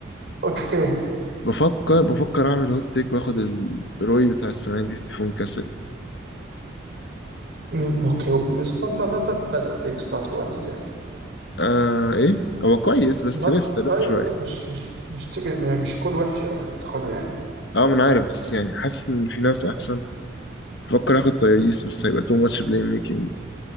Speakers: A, on the right; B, on the left.
A: اوكي
B: بفكر بفكر اعمل هوت تيك واخد الروي بتاع السنة دي ستيفون كاسل
A: مم، اوكي مش not not not that bad of a take الصراحه to be honest يعني
B: آه ايه هو كويس بس
A: not
B: لسه لسه
A: ايوه
B: شويه
A: بقول لك مش مش مش تجي مش كل وحش قوي انك تاخده يعني
B: اه ما انا عارف بس يعني حاسس ان في ناس احسن بفكر اخد تايريس بس هيبقى تو ماتش بلاي ميكنج